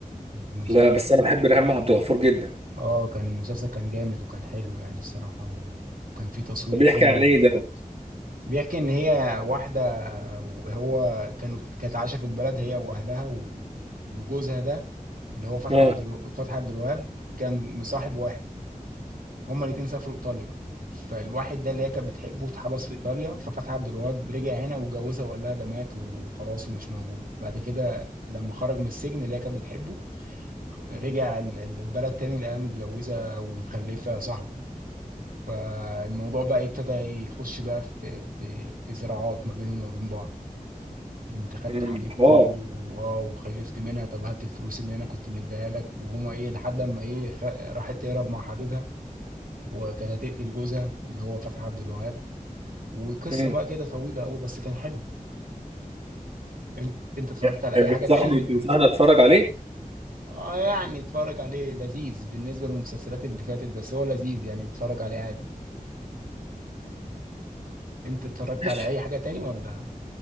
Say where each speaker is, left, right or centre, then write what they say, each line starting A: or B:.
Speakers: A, on the right; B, on the right.
A: مز-
B: لا بس انا بحب ريهام عبد الغفور جدا
A: اه كان المسلسل كان جامد وكان حلو يعني الصراحة وكان فيه تصوير
B: طب بيحكي
A: حلو
B: عن ايه ده
A: بيحكي ان هي واحده وهو كانوا كانت عايشه في البلد هي واهلها و- وجوزها ده اللي هو فتحي
B: اه
A: عبد الو... فتحي عبد الوهاب كان مصاحب واحد هما الاتنين سافروا ايطاليا فالواحد ده اللي هي كانت بتحبه اتحبس في ايطاليا ففتحي عبد الوهاب رجع هنا واتجوزها وقال لها ده مات وخلاص ومش موجود بعد كده لما خرج من السجن اللي هي كانت بتحبه رجع ال- البلد تاني لقاها متجوزه ومخلفه صاحبه فالموضوع بقى ابتدى يخش بقى في في في صراعات ما بينهم وما بين بعض انت خدت
B: أمم،
A: حبيبتي
B: حوار
A: و- آه، وخلفت منها طب هات الفلوس اللي انا كنت مديها لك وهما ايه لحد اما ايه خ... راحت تهرب مع حبيبها وكانت هتقتل جوزها اللي هو فتحي عبد الوهاب وقصه
B: أمم.
A: بقى كده طويله قوي بس كان حلو انت انت اتفرجت
B: يعني
A: على اي
B: بتنصحني
A: حاجه تاني من
B: بتنصحني اتفرج عليه
A: اه يعني اتفرج عليه لذيذ بالنسبه للمسلسلات اللي فاتت بس هو لذيذ يعني اتفرج عليه عادي انت اتفرجت
B: ماشي
A: على اي حاجه تاني ولا